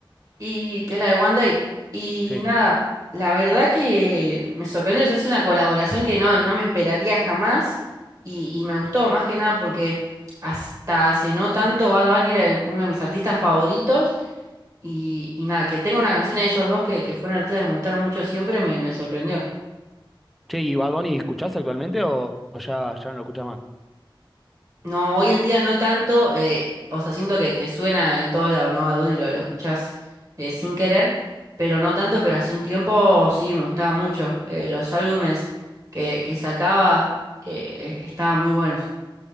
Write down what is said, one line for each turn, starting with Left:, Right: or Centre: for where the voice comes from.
Right: Y que es la de One Day. Y
Centre: Sí.
Right: nada, la verdad que me sorprendió. o sea, es una colaboración que no, no me esperaría jamás. Y, y me gustó más que nada porque hasta hace no tanto Bad Bunny era el- uno de mis artistas favoritos. Y, y nada, que tenga una canción de ellos dos que, que fueron artistas que me gustaron mucho siempre me, me sorprendió.
Centre: Che, ¿y Bad Bunny escuchás actualmente o, o ya, ya no lo escuchás más?
Right: No, hoy en día no tanto, eh, o sea, siento que, que suena en todos lados, ¿no? a dónde lo, lo escuchás eh, sin querer, pero no tanto, pero hace un tiempo sí me gustaba mucho. eh, los álbumes que, que sacaba eh, estaban muy buenos.